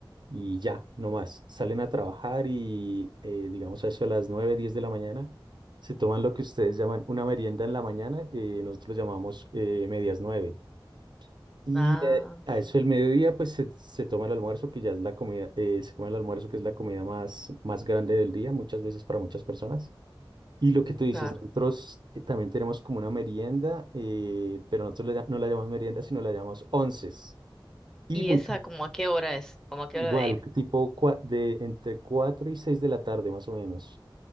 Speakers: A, on the right (about 60°); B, in the centre.
A: y ya, no más. Salen a trabajar y, eh, digamos, a eso de las 9, 10 de la mañana, se toman lo que ustedes llaman una merienda en la mañana, eh, nosotros llamamos eh, medias 9. Y
B: Ah,
A: eh, a
B: bien,
A: eso el mediodía, pues se, se toma el almuerzo, que ya es la comida, eh, se come el almuerzo, que es la comida más, más grande del día, muchas veces para muchas personas. Y lo que tú dices,
B: claro.
A: nosotros eh, también tenemos como una merienda, eh, pero nosotros la llam- no la llamamos merienda, sino la llamamos onces. Y
B: ¿Y
A: mucho,
B: esa como a qué hora es? ¿Como a qué
A: igual,
B: hora de ir?
A: tipo cua- de entre 4 y 6 de la tarde, más o menos.